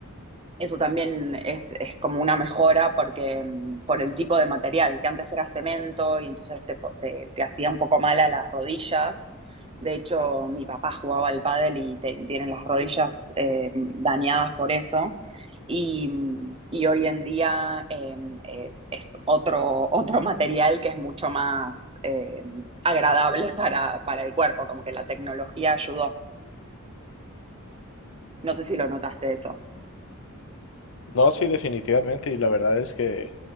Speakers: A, on the right (about 25°); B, on the left (about 65°).
A: eso también es, es como una mejora porque mm, por el tipo de material, que antes era cemento y entonces te, po- te- te hacía un poco mal a las rodillas. De hecho, mi papá jugaba al pádel y te- tiene las rodillas eh, dañadas por eso. Y, mm, y hoy en día eh, eh, es otro, otro material que es mucho más eh, agradable para, para el cuerpo, como que la tecnología ayudó. No sé si lo notaste eso.
B: No, sí, definitivamente y la verdad es que...